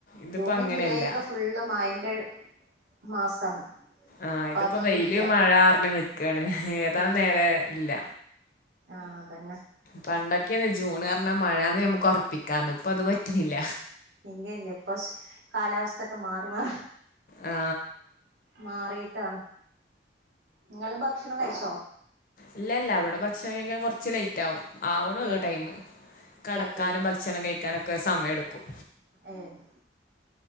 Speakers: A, on the left; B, on the right.
A: ഇതിപ്പോ
B: ജൂണും
A: അങ്ങനെയല്ല
B: ജൂലൈ ഒക്കെ ഫുള്ള് മയന്റെ മാസാണ്
A: ആഹ്
B: ഇപ്പൊ
A: ഇതിപ്പോ
B: അതൊന്നും
A: വെയില്
B: ഇല്ല
A: മഴ പറിഞ്ഞ് നിക്കാണ് ഏതാ
B: ഉം
A: നേരെ ഇല്ല
B: ആഹ് അതന്നെ
A: പണ്ടൊക്കെയാന്ന് ജൂണ് പറഞ്ഞാ മഴാന്ന് നമ്മക്ക് ഒറപ്പിക്കാന്ന് ഇപ്പൊ അത് പറ്റണില്ല
B: ഇല്ല ഇല്ല ഇപ്പൊ കാലാവസ്ഥൊക്കെ മാറി മാ
A: ആ
B: മാറിട്ടാണ് ഇങ്ങള് ഭക്ഷണം കഴിച്ച
A: ഇല്ല ഇല്ല ഇവിടെ ഭക്ഷണം കഴിക്കാൻ കൊറച്ച് ലേയിറ്റ് ആവും ആവണോള്ളൂ
B: ഏഹ്
A: ടൈമ് കെടക്കാനും
B: ഏഹ് ഏഹ്
A: ഭക്ഷണം കഴിക്കാനൊക്കെ സമയെടുക്കും
B: ഏഹ്